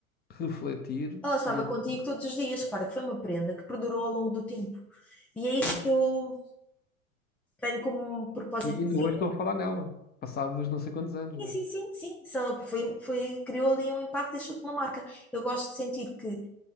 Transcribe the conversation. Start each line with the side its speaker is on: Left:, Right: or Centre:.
Left: refletir
Centre: Ela estava
Left: e até.
Centre: contigo todos os dias. Repara que foi uma prenda que perdurou ao longo do tempo. E é isso
Left: Sim.
Centre: que eu tenho como propósito
Left: E ainda
Centre: de vida.
Left: hoje estou a falar nela, passados não sei quantos anos,
Centre: Sim,
Left: né?
Centre: sim, sim, sim. Só Foi, foi, criou ali um impacto e deixou-te uma marca. Eu gosto de sentir que